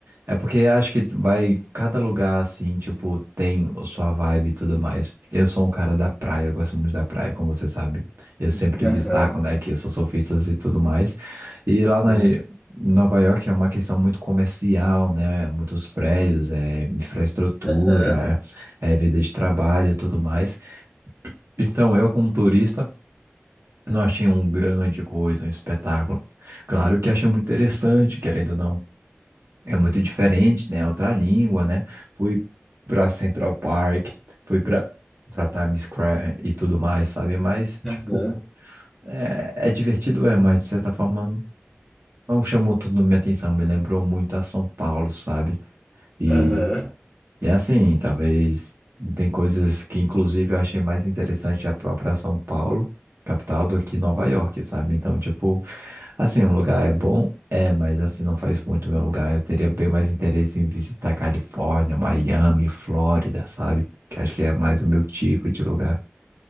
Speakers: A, on the right (about 60°); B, in the centre.
A: É porque acho que vai cada lugar assim, tipo, tem a sua vibe e tudo mais. Eu sou um cara da praia, eu gosto muito da praia, como você sabe. Eu sempre destaco,
B: aham,
A: né, que eu sou surfista e tudo mais. E lá na
B: sim,
A: Nova York é uma questão muito comercial, né? Muitos prédios, é infraestrutura,
B: aham,
A: é vida de trabalho e tudo mais. Então, eu como turista não achei um grande coisa, um espetáculo. Claro que achei muito interessante, querendo ou não. É muito diferente, né? É Outra língua, né? Fui para Central Park, fui para para Times Square e tudo mais, sabe? Mas, tipo,
B: aham,
A: é, é divertido, é, mas de certa forma não chamou tudo minha atenção. Me lembrou muito a São Paulo, sabe? E,
B: aham.
A: e assim, talvez tem coisas que, inclusive, eu achei mais interessante a própria São Paulo, capital, do que Nova York, sabe? Então, tipo. Assim, um lugar é bom, é, mas assim não faz muito meu lugar. Eu teria bem mais interesse em visitar Califórnia, Miami, Flórida, sabe? Que acho que é mais o meu tipo de lugar.